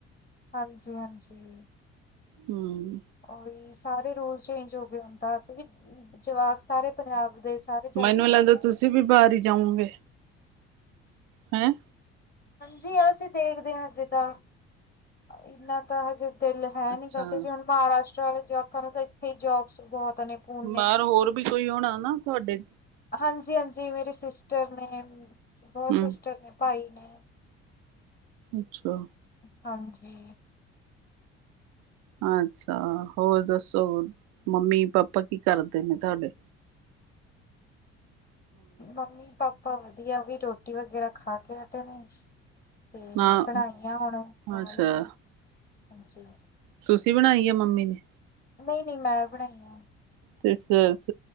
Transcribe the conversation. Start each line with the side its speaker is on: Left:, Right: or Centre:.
Left: ਹਾਂਜੀ-ਹਾਂਜੀ।
Right: ਹੂੰ।
Left: ਉਹ ਵੀ ਸਾਰੇ ਰੂਲ ਚੇਂਜ ਹੋ ਵੀ ਹੁੰਦਾ ਕਿਉਂਕਿ ਜਵਾਕ ਸਾਰੇ ਪੰਜਾਬ ਦੇ ਸਾਰੇ ਜਾਈ
Right: ਮੈਨੂੰ
Left: ਜਾਂਦੇ
Right: ਲੱਗਦਾ,
Left: ਨਾ
Right: ਤੁਸੀਂ ਵੀ ਬਾਹਰ ਹੀ ਜਾਓਗੇ। ਹੈਂ?
Left: ਹਾਂਜੀ, ਅਸੀਂ ਦੇਖਦੇ ਆ ਅਜੇ ਦਾ, ਇੰਨਾ ਤਾਂ ਅਜੇ ਦਿਲ ਹੈ
Right: ਅੱਛਾ
Left: ਨੀ ਗਾ, ਕਿਉਂਕਿ ਹੁਣ ਬਾਰਾ ਜਵਾਕਾਂ ਨੂੰ ਤਾਂ ਇੱਥੇ ਹੀ ਜੋਬਸ ਬਹੁਤ ਨੇ ਪੂਨੇ
Right: ਬਾਹਰ ਹੋਰ ਵੀ ਕਈ ਹੋਣਾ? ਹਨਾ ਤੁਹਾਡੇ?
Left: ਹਾਂਜੀ-ਹਾਂਜੀ, ਮੇਰੇ ਸਿਸਟਰ ਨੇ। ਹੋਰ
Right: ਹੂੰ
Left: ਸਿਸਟਰ ਨੇ ਭਾਈ <unintelligible>
Right: ਅੱਛਾ,
Left: ਹਾਂਜੀ,
Right: ਅੱਛਾ, ਹੋਰ ਦੱਸੋ ਮੰਮੀ ਪਾਪਾ ਕੀ ਕਰਦੇ ਨੇ ਤੁਹਾਡੇ?
Left: ਮੰਮੀ ਪਾਪ ਪਾਂ ਵਧੀਆ, ਉਹ ਵੀ ਰੋਟੀ ਵਗੈਰਾ ਖਾ ਕੇ ਹਟੇ ਨੇ। ਤੇ
Right: ਨਾ
Left: ਬਣਾਈ ਆ ਹੁਣ, ਆ
Right: ਅੱਛਾ
Left: ਲੁਬੇ <unintelligible> ਹਾਂਜੀ,
Right: ਤੁਸੀਂ ਬਣਾਈ ਆ ਜਾਂ ਮੰਮੀ ਨੇ?
Left: ਨਹੀਂ-ਨਹੀਂ ਮੈਂ ਬਣਾਈ ਆ।
Right: ਤੇ ਸ ਸ